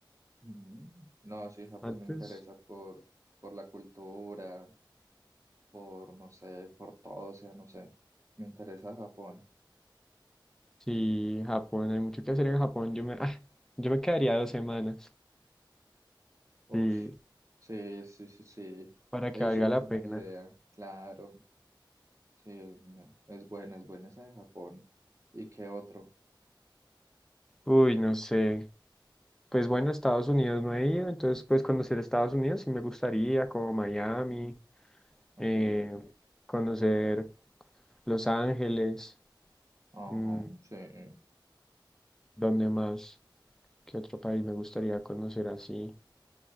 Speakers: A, on the right (about 40°); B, in the centre.
A: Mm. No, sí, Japón
B: Antes,
A: me interesa por, por la cultura, por, no sé, por todo, o sea, no sé. Me interesa Japón.
B: sí, Japón, hay mucho que hacer en Japón. Yo me, ah, yo me quedaría dos semanas.
A: Uy,
B: Sí,
A: sí, sí, sí, sí.
B: para
A: Ahí
B: que valga
A: sí no
B: la
A: es
B: pena.
A: mala idea. Claro, sí, me- es buena, es buena esa de Japón. ¿Y qué otro?
B: Uy, no sé. Pues bueno, Estados Unidos no he ido, entonces pues conocer Estados Unidos sí me gustaría, como Miami,
A: Eh, Ok,
B: eh, conocer Los Ángeles,
A: ajá,
B: mm,
A: sí.
B: ¿dónde más? ¿Qué otro país me gustaría conocer así?